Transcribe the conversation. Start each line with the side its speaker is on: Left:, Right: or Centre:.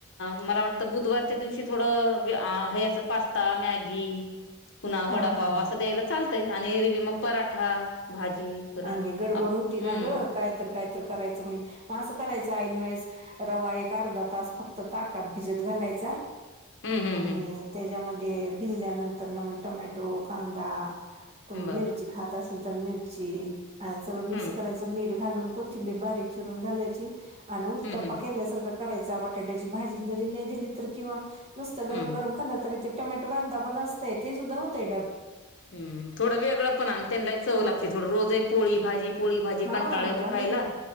Left: मला वाटतं बुधवारच्या दिवशी थोडं हे अस पास्ता मॅगी पु्हा
Right: हा
Left: वडापाव
Right: हा हा
Left: अस द्याय चालतय आणि म पराठा भाजी वरण
Right: आणि गडबड
Left: आप
Right: होती ना
Left: हम्म
Right: ग काय तर काय तर करायचं म्हण मं करायचा ऐन वेळेस रवा एक अर्धा तास फक्त ताकात भिजत घालायचा
Left: हम्म
Right: आणि
Left: हम्म
Right: त्याच्यामध्ये भिजल्यानंतर ना मग टमॅटो कांदा तु
Left: हम्म
Right: मिरची
Left: बर
Right: खात असेल तर मिरची आणि सगळं मिक्स
Left: हम्म
Right: करायचं मिर घालून कोथिंबीर बारीक चिरून घाय उ
Left: हम्म हम्म
Right: केल्या कराय बटाट्याची भाजी जरी नाही दिली तर किंवा नुसत गरम
Left: हम्म
Right: गरम खालं तरी टोमॅटो कांदा बन असते ते सुद्धा होते
Left: ् थोडं वेगळं पण त्यांना चव
Right: होतय
Left: लागते थोड रोज आहे पोळी भाजी पोळी भाजी
Right: हा
Left: कंटाळे तो
Right: आणि
Left: खायला